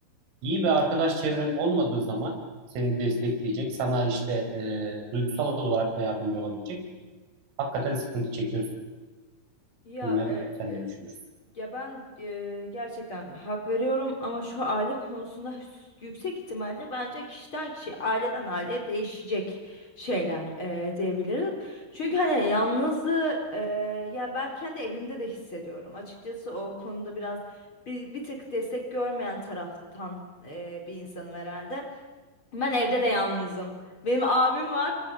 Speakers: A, on the right; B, on the left.
A: İyi bir arkadaş çevren olmadığı zaman seni destekleyecek, sana işte e, duygusal olarak da yardımcı olabilecek. Hakikaten sıkıntı çekiyorsun.
B: Ya
A: Bilmem
B: e,
A: sen
B: e,
A: ne düşünürsün.
B: Ya ben e, gerçekten hak veriyorum ama şu aile konusunda yüksek ihtimalle bence kişiden kişiye, aileden aileye değişecek şeyler e, diyebilirim. Çünkü hani yalnızlığı e, ya ben kendi evimde de hissediyorum. Açıkçası o konuda biraz bir, bir tık destek görmeyen taraftan e, bir insanım herhalde. Ben evde de yalnızım. Benim abim var.